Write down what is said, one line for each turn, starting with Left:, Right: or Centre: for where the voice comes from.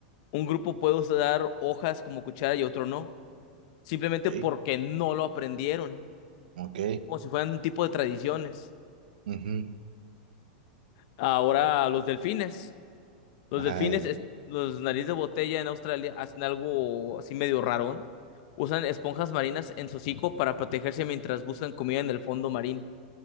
Left: un grupo puede usar hojas como cuchara y otro no, simplemente
Right: Ok.
Left: porque no lo aprendieron.
Right: Ok.
Left: como si fueran un tipo de tradiciones.
Right: ujú.
Left: Ahora los delfines. Los
Right: Ay,
Left: delfines, es- los nariz de botella en Australia hacen algo así medio rarón. Usan esponjas marinas en su hocico para protegerse mientras buscan comida en el fondo marino.